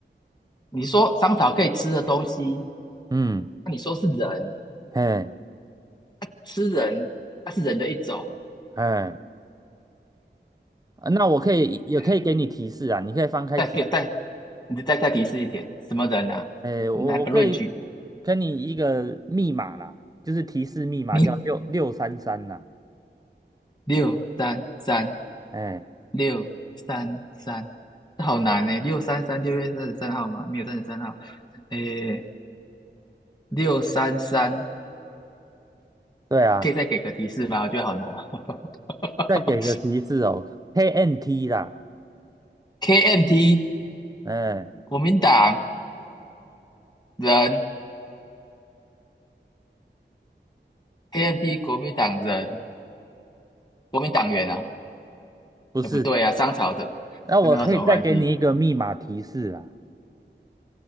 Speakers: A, on the left; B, on the right.
A: 你说香草可以吃的东西，
B: 嗯，
A: 那你说是人，
B: 哎
A: 那吃人，那是人的一种，
B: 哎，啊那我可以也可以给你提示啊，
A: 诶，
B: 你可以翻开提，
A: 再给再你再再提示一点，什么人啊？
B: 哎，我我可以
A: 哪个论据的？
B: 跟你一个密码啦，就是提示密码叫六六三三啦。
A: 你六三三
B: 哎，
A: 六三三，这好难呢。六三三，六月三十三号吗？没有三十三号。诶，六三三，
B: 对啊，
A: 可以再给个提示吗？我觉得好难哦。
B: 再给个提示哦，KNT 啦，
A: <laughs> KMT
B: 哎，
A: 国民党人，KMT 国民党人，国民党员啊？
B: 不是，
A: 哎，不对啊，商朝的，
B: 那我可以再给你一个密码提示啦。
A: 跟那有什么关系？